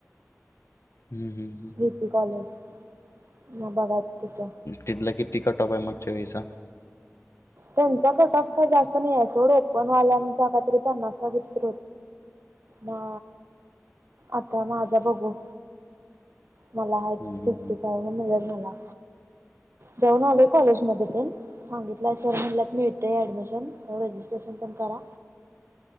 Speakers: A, on the left; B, on the right.
A: हम् हम ह.
B: बी. पी कॉलेज, म बघायचं तिथं
A: तिथलं किती कट ऑफ आहे मगच्या वेळीचा?
B: त्यांचा कट ऑफ काही जास्त नाही ए सोड, ओपनवाल्यांचा काहीतरी पन्नास काय किती तरी हो हा, आता माझा बघू. मला हायीत
A: हम्म
B: फिफ्टी
A: हम्म हम्म
B: फाइव्ह. मिळल मला, जाऊन आलोय कॉलेजमध्ये तेन, सांगितल तर म्हणल्यात मिळतय ऍडमिशन, रजिस्ट्रेशन पण करा.